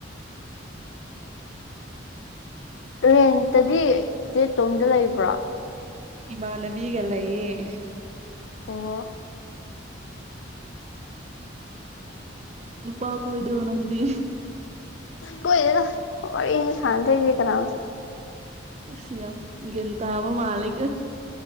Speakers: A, on the left; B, on the right.
A: ꯔꯦꯟꯇꯗꯤ ꯆꯦ ꯇꯣꯝꯗ ꯂꯩꯕ꯭ꯔꯥ
B: ꯏꯃꯅꯕꯤꯤꯒꯂꯌꯦꯦ
A: ꯑꯣ
B: ꯗꯨꯄꯥ ꯍꯥ ꯀꯣꯏꯗꯣ ꯅꯪꯗꯤ
A: ꯀꯣꯏꯗ ꯋꯥꯔꯤ ꯁꯥꯟꯗ ꯀꯗꯥꯁꯨ
B: ꯁꯤꯌꯥ ꯒꯤꯟꯇꯕ ꯃꯥꯂꯤꯛ